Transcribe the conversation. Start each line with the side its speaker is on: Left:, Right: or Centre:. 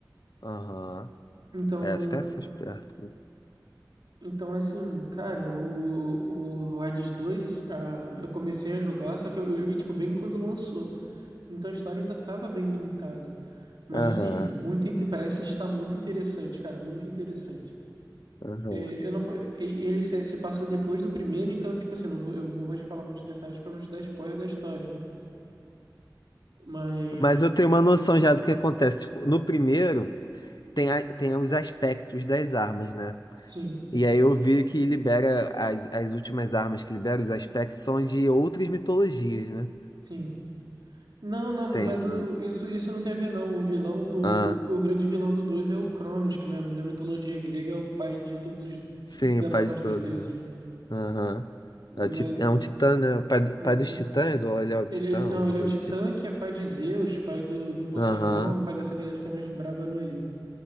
Left: Aham.
Right: Então,
Left: É, os caras são espertos.
Right: então assim, cara, o, o Hades dois ah, eu comecei a jogar, só que eu, eu joguei, tipo, bem quando lançou. Então a história ainda tava bem limitada. Mas,
Left: Aham.
Right: assim, muito, inte- parece estar muito interessante, cara, muito interessante.
Left: Aham.
Right: É, Eu não, po- e- e ele se, se passa depois do primeiro, então, tipo assim, eu não vou, eu não vou te falar muitos detalhes pra não te dar spoiler da história, né? Mas
Left: Mas eu tenho uma noção já do que acontece. Tipo, no primeiro, tem, a- tem os aspectos das armas, né?
Right: sim,
Left: E aí eu vi que libera as, as últimas armas que libera, os aspectos são de outras mitologias, né?
Right: sim. Não, não,
Left: Tem.
Right: mas o, isso, isso não tem a ver, não. O vilão do.
Left: Ah,
Right: O, o grande vilão do 2 é o Cronos, que na, na mitologia grega é o pai de todos os.
Left: sim,
Right: da
Left: o pai
Right: maior parte
Left: de todos,
Right: dos deuses,
Left: né?
Right: né?
Left: Aham.
Right: Mas
Left: É, o ti- é um titã, né? O Pai, do-
Right: isso.
Left: pai dos titãs, ou ele é o
Right: Ele,
Left: titã,
Right: ele- não,
Left: alguma
Right: ele
Left: coisa
Right: é o Titã,
Left: assim.
Right: que é pai de Zeus, pai do, do Poseidon,
Left: Aham.
Right: pai dessa galera que é mais braba no Olimpo.